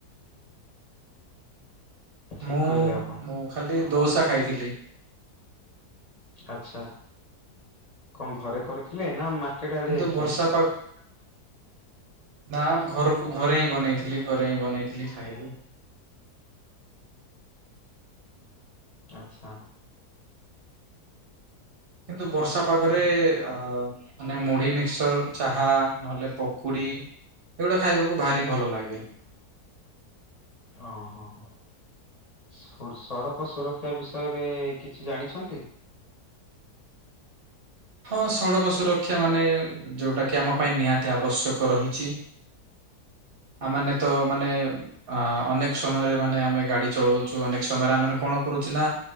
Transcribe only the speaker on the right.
ମୁଁ
ମୁଁ ଖାଲି ଦୋସା ଖାଇଥିଲି।
କିନ୍ତୁ ବର୍ଷା
ନା ଘରକୁ ଘରେ ହିଁ ବନେଇଥିଲି ଘରେ ହିଁ ବନେଇଥିଲି ଖାଇଲି।
କିନ୍ତୁ ବର୍ଷା ପାଗରେ ଅ ମାନେ ମୁଢି ମିକ୍ସର, ଚାହା, ନହେଲେ ପକୁଡି ଏଗୁଡା ଖାଇବାକୁ ଭାରି ଭଲ ଲାଗେ।
ହଁ ସଡ଼କ ସୁରକ୍ଷା ମାନେ ଯେଉଟାକି ଆମ ପାଇଁ ନିହାତି ଆବଶ୍ୟକ ରହିଛି। ଆ ମାନେ ତ ମାନେ ଅ ଅନେକ ସମୟରେ ମାନେ ଆମେ ଗାଡି ଚଳଉଛୁ ଅନେକ ସମୟରେ ଆମେ କଣ କରୁଛୁ ନା